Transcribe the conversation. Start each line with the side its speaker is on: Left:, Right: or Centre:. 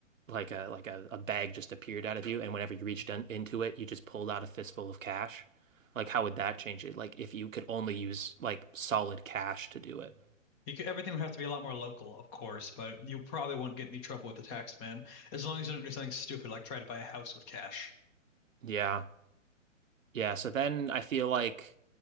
Right: like a like a, a bag just appeared out of you, and whenever you reached in, into it, you just pulled out a fistful of cash? Like, how would that change it? Like, if you could only use like solid cash to do it.
Left: you could, everything would have to be a lot more local, of course, but you probably wouldn't get any trouble with the tax man as long as you don't do something stupid like try to buy a house with cash.
Right: Yeah. Yeah, so then I feel like,